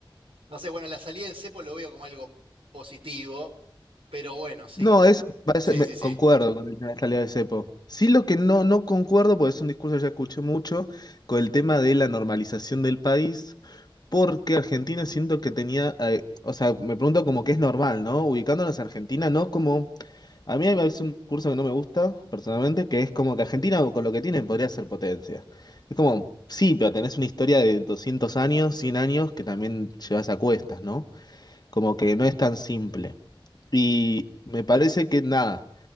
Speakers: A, on the right; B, on the left.
A: No sé, bueno, la salida del cepo lo veo como algo positivo, pero bueno, sí,
B: No, eso me parece,
A: sí,
B: me-
A: sí,
B: concuerdo
A: sí.
B: con la salida de cepo. Sí, lo que no, no concuerdo, porque es un discurso que ya escuché mucho, con el tema de la normalización del país, Porque Argentina siento que tenía, eh, o sea, me pregunto como que es normal, ¿no? Ubicándonos a Argentina, ¿no? Como, a mí hay veces un curso que no me gusta, personalmente, que es como que Argentina con lo que tienen podría ser potencia. Es como, sí, pero tenés una historia de 200 años, 100 años, que también llevas a cuestas, ¿no? Como que no es tan simple. Y me parece que nada,